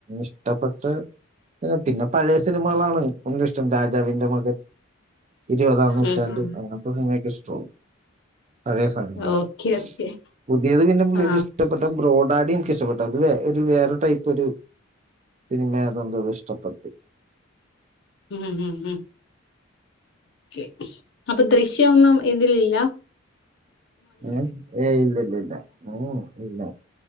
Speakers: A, on the right; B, on the left.
A: ഇഷ്ടപ്പെട്ട പിന്നെ പഴയ സിനിമകളാണ് എും ഇഷ്ടം രാജാവിന്റെ മകൻ ഇരുപതാം നൂറ്റാണ്ട്
B: ഉം ഉം
A: അങ്ങനത്തെ ഹിമക്ക സ്ട്രോവും പഴയ സമയങ്ങളൊക്കെ
B: ഓക്കെ ഓക്കെ
A: പുതിയത് പിന്നെ
B: ആ
A: എനിക്ക് ഇഷ്ടപ്പെട്ട ബ്രോഡ ആടി എനിിക്കഷ്ടട്ട അത് വ വേറെ ടൈപ്പ് ഒരു സിനിമ അതൊന്നത് ഇഷ്ടപ്പെട്ട
B: ഹം ഹ ഹ െ അപ്പൊ ദൃശ്യംൊന്നും ഇതിലല്ല
A: ഉ ഏ ഇല്ല ഇല്ല ഇല്ല ഉ ഇല്ല